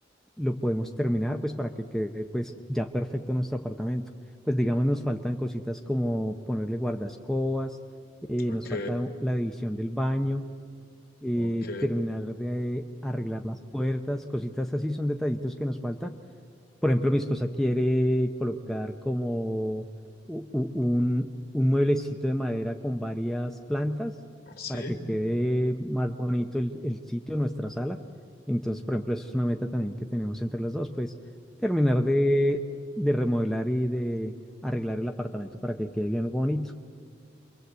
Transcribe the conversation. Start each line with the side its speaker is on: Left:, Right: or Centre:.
Centre: lo podemos terminar pues para que quede pues ya perfecto nuestro apartamento. Pues digamos nos faltan cositas como ponerle guardascobas, eh,
Left: ok,
Centre: nos falta la división del baño, eh,
Left: ok.
Centre: terminar de arreglar las puertas, cositas así son detallitos que nos falta por ejemplo, mi esposa quiere colocar como u- u- un, un mueblecito de madera con varias plantas
Left: Sí,
Centre: para que quede más bonito el, el sitio, nuestra sala. Entonces, por ejemplo, eso es una meta también que tenemos entre los dos, pues terminar de, de remodelar y de arreglar el apartamento para que quede bien bonito.